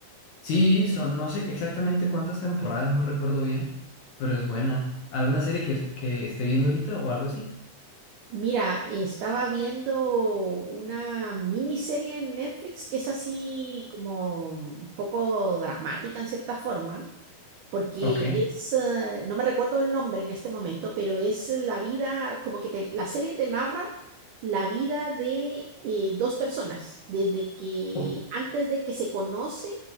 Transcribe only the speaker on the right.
Mira, estaba viendo una miniserie en Netflix que es así como un poco dramática en cierta forma, porque
es, eh, no me recuerdo el nombre en este momento, pero es la vida, como que te- la serie te narra la vida de eh, dos personas, desde que,
antes de que se conocen,